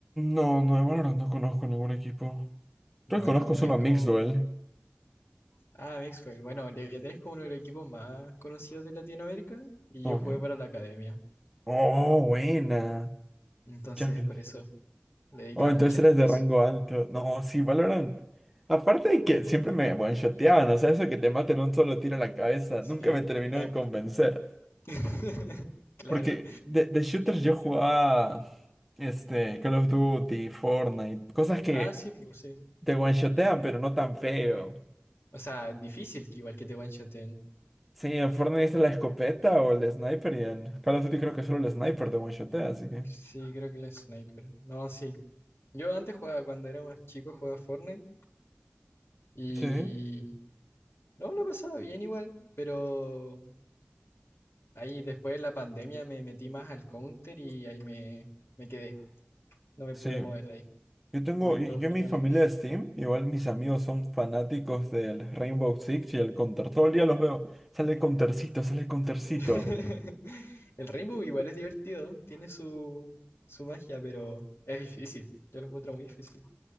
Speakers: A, in the centre; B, on the left (about 70°).
A: No, no, de Valorant no conozco ningún equipo.
B: Bueno,
A: Creo que conozco solo
B: es como...
A: a Mixed Duel.
B: Ah, Mixwell. Bueno, Leviatán es como uno de los equipos más conocidos de Latinoamérica y
A: Ok.
B: yo jugué para la academia.
A: Oh, buena.
B: Entonces,
A: Jacqueline.
B: por eso le dedicaba
A: Oh, entonces
B: muchas
A: eres
B: horas.
A: de rango alto. No, sí, Valorant. Aparte de que siempre me one-shoteaban, o sea, eso que te maten un solo tiro a la cabeza, nunca
B: Sí,
A: me terminó
B: un tap.
A: de convencer.
B: <laughs> Claro.
A: Porque de, de shooters yo jugaba este, Call of Duty, Fortnite, cosas que
B: Ah, sí, pues sí.
A: te one-shotean, pero no tan feo.
B: O sea, difícil que igual que te one-shoten.
A: Sí, en Fortnite es la escopeta o el sniper, y en Call of Duty creo que solo el sniper te one-shotea, así que.
B: Sí, creo que la sniper. No, sí. Yo antes jugaba, cuando era más chico, jugaba Fortnite y...
A: Sí,
B: No, lo pasaba bien igual, pero ahí después de la pandemia me metí más al Counter y ahí me, me quedé. no me
A: sí.
B: pude mover de ahí.
A: Yo tengo,
B: como que
A: y
B: me gusta
A: yo en mi
B: más
A: familia
B: la idea.
A: de Steam, igual mis amigos son fanáticos del Rainbow Six y el Counter. Todo el día los veo. Sale Countercito, sale Countercito.
B: <laughs> El Rainbow igual es divertido, ¿no? tiene su, su magia, pero es difícil. Yo lo encuentro muy difícil.